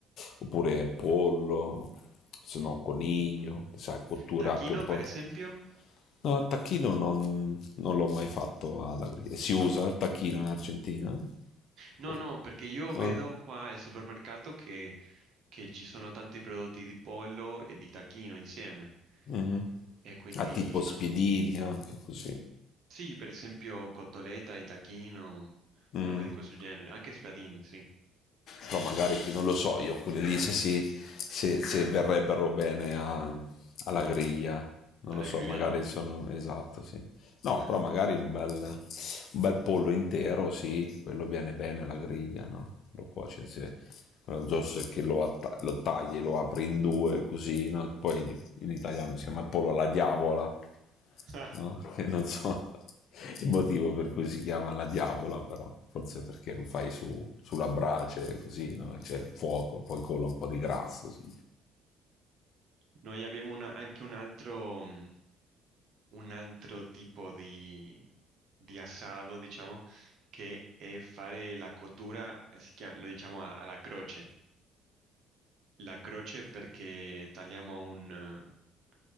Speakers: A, on the left; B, on the right.
A: oppure pollo, se
B: mm.
A: no coniglio, che sai, cottura
B: Tacchino,
A: anche un po'.
B: per esempio?
A: No, il tacchino non, non l'ho mai fatto alla griglia. Si usa
B: No.
A: il tacchino in Argentina?
B: No,
A: Boh.
B: no, perché io
A: Ah,
B: vedo qua al supermercato che, che ci sono tanti prodotti di pollo e di tacchino insieme,
A: mhm.
B: e quindi
A: Ah, tipo
B: non...
A: spiedini anche così.
B: Sì, per esempio cotoletta, Itachino,
A: Mm.
B: robe di questo genere. Anche spiadini, sì.
A: però magari non lo so io, quelle lì se, si,
B: <clears throat>
A: se, se verrebbero bene a- alla griglia, non
B: Alla
A: lo so,
B: griglia
A: magari
B: no.
A: sono esatto, sì. No,
B: Eh.
A: però
B: <laughs>
A: magari un bel, un bel pollo intero, sì, quello viene bene alla griglia, no? Lo cuoci, sì. Quello giusto è che lo, atta- lo tagli, lo apri in due, così, no? Poi in italiano si chiama pollo alla diavola,
B: Ah,
A: no? <laughs> Che non so il motivo per cui si chiama la diavola, però forse perché lo fai su, sulla brace così, no? C'è il fuoco, poi cola un po' di grasso. Sì.
B: Noi abbiamo una- anche un altro, mh, un altro tipo di, di assado, diciamo, che è fare la cottura, eh, si chia- lo diciamo a- alla croce. La croce perché tagliamo un, eh,